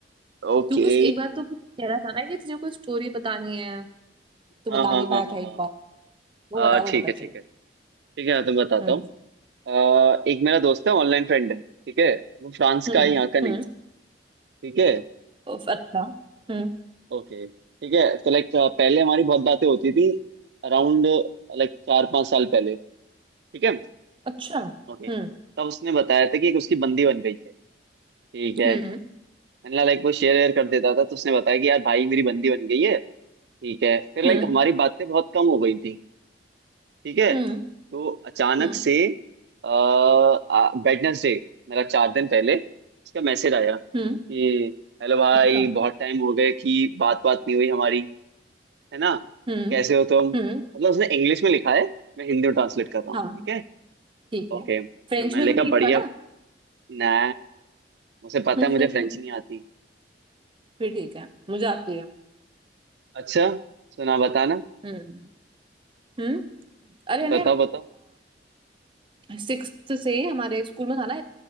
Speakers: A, on the right; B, on the right.
A: ओके
B: तू कुछ एक बार तो कुछ कह रहा था ना कि तुझे कोई स्टोरी बतानी है तू
A: हाँ
B: बता
A: हाँ
B: नहीं
A: हाँ
B: पाया
A: हाँ
B: था एक बार वो
A: हाँ
B: बता
A: आ,
B: वो
A: ठीक
B: पता
A: है ठीक
B: चल
A: है ठीक है मैं तुम्हें बताता
B: हम्म
A: हूँ आ, एक मेरा दोस्त है ऑनलाइन फ्रेंड है ठीक है वो फ्रांस
B: हम्म
A: का है यहाँ का नहीं
B: हम्म।
A: है ठीक है
B: उफ, अच्छा हम्म
A: ओके ठीक है तो लाइक पहले हमारी बहुत बातें होती थी अराउंड लाइक चार पांच साल पहले ठीक है
B: अच्छा हम्म
A: ओके तब उसने बताया था कि एक उसकी बंदी बन गई है ठीक है
B: हम्म
A: मैंने लाइक वो शेयर वेयर कर देता था तो उसने बताया कि यार भाई मेरी बंदी बन गई है ठीक है फिर लाइक
B: हम्म
A: हमारी बातें बहुत कम हो गई थी ठीक है
B: हम्म
A: तो अचानक
B: हम्म
A: से वेडनेसडे मेरा चार दिन पहले उसका मैसेज आया कि
B: हम्म
A: हेलो भाई
B: अच्छा
A: बहुत टाइम हो गए कि बात बात नहीं हुई हमारी है ना
B: हम्म
A: कैसे हो तुम मतलब
B: हम्म
A: उसने इंग्लिश में लिखा है मैं हिंदी में ट्रांसलेट कर रहा हूँ
B: हाँ
A: ठीक है
B: ठीक
A: ओके
B: है
A: तो
B: फ्रेंच
A: मैंने
B: में
A: लिखा
B: तो नहीं लिखा
A: बढ़िया
B: ना
A: ना मुझे पता
B: <laughs>
A: है मुझे फ्रेंच नहीं आती
B: फिर ठीक है मुझे आती है
A: अच्छा सुना बताना
B: हम्म हम्म अरे मैंने
A: बताओ बताओ
B: सिक्स्थ से ही हमारे स्कूल में था ना